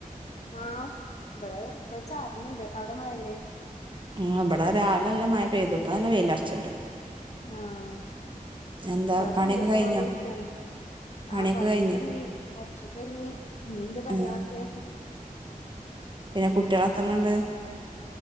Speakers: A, on the left (about 50°); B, on the right (about 35°).
A: ആഹ് ബടെ പ്പൊ ചാർന്ണ്ട് അവിടെ മഴല്ലേ?
B: ഉം ബടെ രാവിലല്ലെ മഴ പെയ്തു പ്പല്ല വെയിലർച്ച്ണ്ട്
A: ആഹ്
B: എന്താ
A: പ്പാ തുള്ളിട്ട്
B: പണിയൊക്കെ കഴിഞ്ഞോ
A: കൊണ്ടേ ഇരിക്കാണ്.
B: പണിയൊക്കെ
A: ആഹ്. കൊറച്ചൊക്കെരുങ്ങി,
B: കഴിഞ്ഞോ
A: കൊറച്ചൊക്കൊരുങ്ങി, ഞിൻ്റെ പണിയേളെക്കെ..
B: ഉം പിന്നെ, കുട്ടൃൾ എത്രണ്ണണ്ട്?